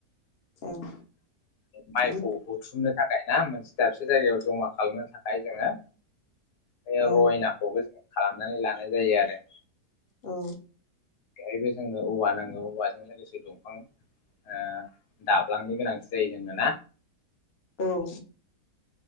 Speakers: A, on the left; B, on the left.
A: ओं
B: माइखौ
A: बुद
B: बुथुमनो थाखाय ना मोनसे। दाबसे जायगायाव जमा खालामनो थाखाय जोङो बे
A: ओं
B: रयनाखौबो जों खालामनानै लानाय जायो आरो।
A: औ।
B: बेहायबो जोंनो औवा नांगौ औवाजों लोगोसे दंफां। ओ दाब्लांनो गोनांथि जायो जोंनो ना?
A: औ